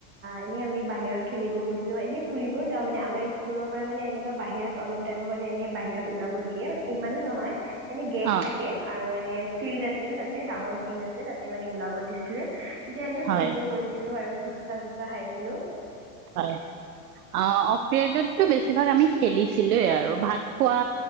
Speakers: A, on the right (about 25°); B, on the right (about 85°).
A: এনেই আমি বাহিৰত খেলিব গৈছিলো, এনেই ফুৰিবও যাওঁ, মানে আমাৰ স্কুলৰ পৰা মানে এনেকুৱা বাহিৰত অলপ টাইমৰ কাৰণে এনে বাহিৰত ওলাব দিয়ে, মানে ইমানো নহয়। এনে গেট
B: অ
A: থাকে আৰু এনে ফিল্ড আছ ছিল তাতে ডাঙৰ ফিল্ড আছে, তাতে মানে ওলাব দিছিলে। এতিয়া এনেই
B: হয়
A: ফুৰিব গৈছিলো আৰু। ফুচকা-চুচকা খাইছিলো।
B: হয়, অ', অফ পিৰিয়ডত টো বেছিভাগ আমি খেলিছিলোয়ে আৰু, ভাত খোৱা,